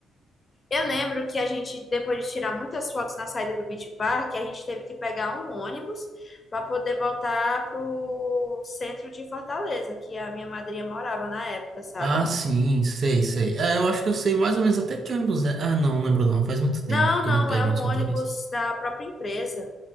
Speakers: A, on the left (about 30°); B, on the right (about 50°).
A: Eu lembro que a gente, depois de tirar muitas fotos na saída do Beach Park, a gente teve que pegar um ônibus para poder voltar para o centro de Fortaleza, que a minha madrinha morava na época, sabe?
B: Ah, sim, sei, sei. É, eu acho que eu sei mais ou menos até que ônibus é. Ah, não, não lembro não. Faz muito tempo
A: Não, não,
B: que eu não pego
A: é um
B: ônibus
A: ônibus
B: Fortaleza.
A: da própria empresa.